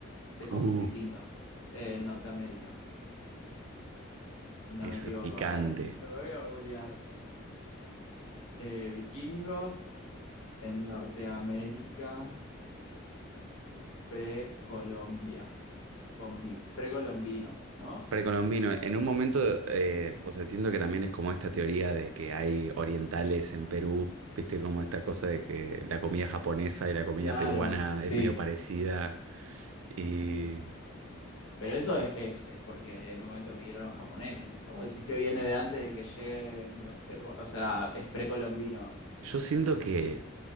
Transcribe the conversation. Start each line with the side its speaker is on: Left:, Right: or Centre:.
Left: de cosas
Right: Uh,
Left: vikingas eh, en Norteamérica, si no
Right: eso
Left: me equivoco.
Right: es picante.
Left: A ver, lo voy a googlear. Eh, vikingos en Norteamérica precolombia, combi- precolombino, ¿no?
Right: Precolombino,
Left: Sí.
Right: en un momento, eh, o sea, siento que también es como esta teoría de que hay orientales en Perú, viste, como esta cosa de que la comida japonesa y la comida
Left: Claro,
Right: peruana
Left: sí.
Right: es medio parecida. Y
Left: Pero eso es, es, es porque en un momento migraron japoneses. O vos decís que viene de antes de que lleguen los peruanos. O sea, es precolombino.
Right: yo siento que